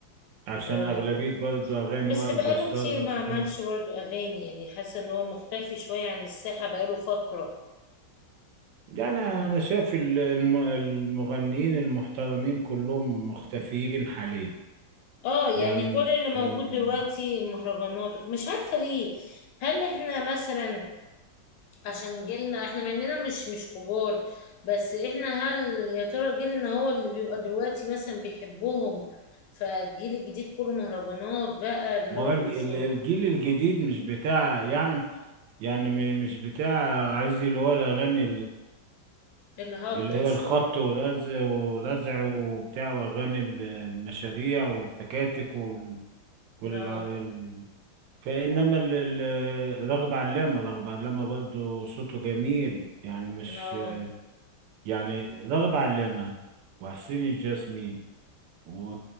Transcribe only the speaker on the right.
عشان
أغلبية برضه أغاني
وائل
جسار
وصوتها
يعني أنا شايف ال- الم- المغنيين المحترمين كلهم مختفيين حاليا
يعني
مش
م-
ما
هو الج-
ال- الجيل الجديد مش بتاع يعني يعني م- مش بتاع عايز اللي هو الأغاني
اللي هي
الخبط ورزع ورزع وبتاع وأغاني ال- المشاريع والتكاتك وال...
وال... ال- فإنما ال... ال- رغب علامة رغب علامة برضو صوته جميل يعني مش
يعني رغب علامة وحسين الجسمي و